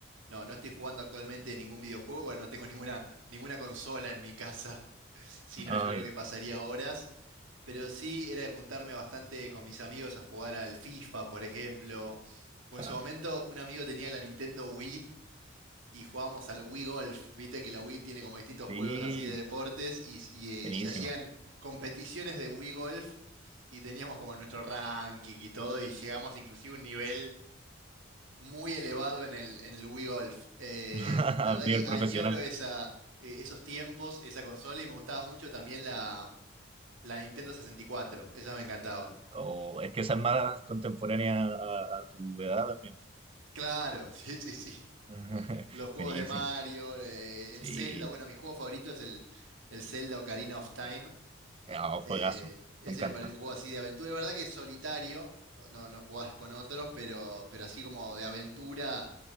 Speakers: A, on the right; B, on the right.
A: no, no estoy jugando actualmente ningún videojuego, bueno, no tengo ninguna, ninguna consola en mi casa, <laughs> si no
B: Ay,
A: yo creo que pasaría horas, pero sí era de juntarme bastante con mis amigos a jugar al FIFA, por ejemplo, o
B: claro.
A: en su momento un amigo tenía la Nintendo Wii y jugábamos al Wii Golf. Viste que la Wii tiene como distintos
B: Sí,
A: juegos así de deportes y, y,
B: buenísimo.
A: eh, se hacían competiciones de Wii Golf y teníamos como nuestro ranking y todo y llegamos inclusive a un nivel muy elevado en el, en el Wii Golf. Eh,
B: <laughs>
A: la verdad
B: A nivel
A: que añoro
B: profesional.
A: esa, eh, esos tiempos, esa consola y me gustaba mucho también la, la Nintendo sesenta y cuatro Esa me encantaba.
B: O es que esa es más contemporánea a, a tu edad también.
A: Claro, <laughs> sí, sí, sí.
B: <laughs>
A: Los juegos
B: Buenísimo.
A: de Mario, eh,
B: Sí,
A: el Zelda, bueno, mi juego favorito es el, el Zelda Ocarina of Time
B: Ah, juegazo,
A: Eh, ese
B: me encanta.
A: me parece un juego así de aventura. Es verdad que es solitario, no, no jugás con otros, pero, pero así como de aventura